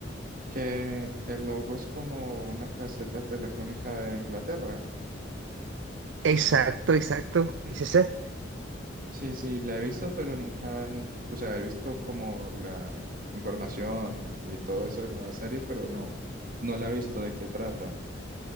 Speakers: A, on the right; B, on the right.
A: que el logo es como una caseta telefónica de Inglaterra.
B: Exacto, exacto,
A: <clears throat>
B: es ese.
A: Sí, sí, la he visto, pero nunca, nun- o sea, he visto como la información y todo eso en la serie, pero no, no la he visto de qué trata.